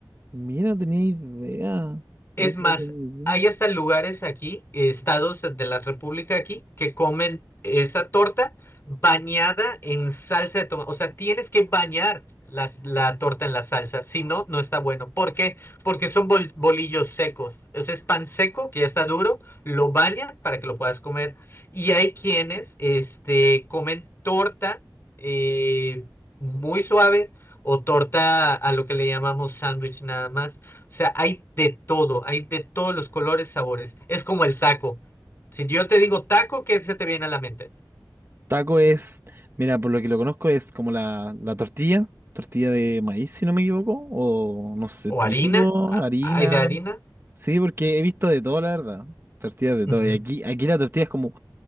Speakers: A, on the right; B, on the left.
A: Mira, no tenía idea.
B: Es
A: No, no
B: más,
A: tenía idea.
B: hay hasta lugares aquí, eh, estados de la República aquí, que comen esa torta bañada en salsa de tomate. O sea, tienes que bañar las- la torta en la salsa, si no, no está bueno. ¿Por qué? Porque son bol- bolillos secos. Ese es pan seco que ya está duro, lo bañan para que lo puedas comer. Y hay quienes, este, comen torta eh, muy suave o torta a lo que le llamamos sándwich nada más sea, hay de todo, hay de todos los colores, sabores. Es como el taco. Si yo te digo taco, ¿qué se te viene a la mente?
A: Taco es, mira, por lo que lo conozco es como la, la tortilla, tortilla de maíz, si no me equivoco, o no sé,
B: ¿O
A: trigo,
B: harina? a-
A: harina.
B: ¿Hay de harina?
A: Sí, porque he visto de todo, la verdad. Tortillas de
B: Ujú,
A: todo. Y aquí, aquí la tortilla es como